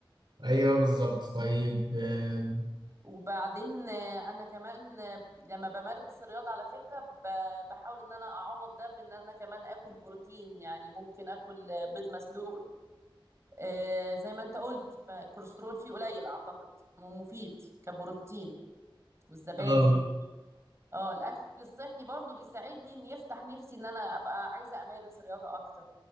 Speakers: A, on the right (about 60°); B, on the right (about 30°).
A: ايوه بالظبط طيب آم،
B: وبعدين آه، انا كمان آه، لما بمارس الرياضة على فكرة ب- بحاول ان انا اعوض ده بان انا كمان اكل بروتين يعني ممكن اكل آه، بيض مسلوق آه، زي ما انت قلت ب- الكوليسترول فيه قليل اعتقد ومفيد كبروتين والزبادي
A: اه
B: اه الاكل الصحي برضو بيساعدني ان يفتح نفسي ان انا ابقى عايزة امارس رياضة اكتر